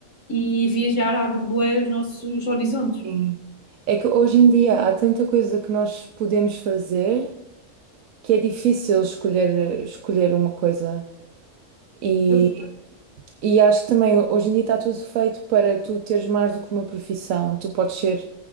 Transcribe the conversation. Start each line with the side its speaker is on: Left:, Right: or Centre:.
Left: e viajar abre bué os nossos horizontes.
Right: Sim. É que hoje em dia há tanta coisa que nós podemos fazer que é difícil escolher, escolher uma coisa. E,
Left: Eu,
Right: e acho que também hoje em dia está tudo feito para tu teres mais do que uma profissão. Tu podes ser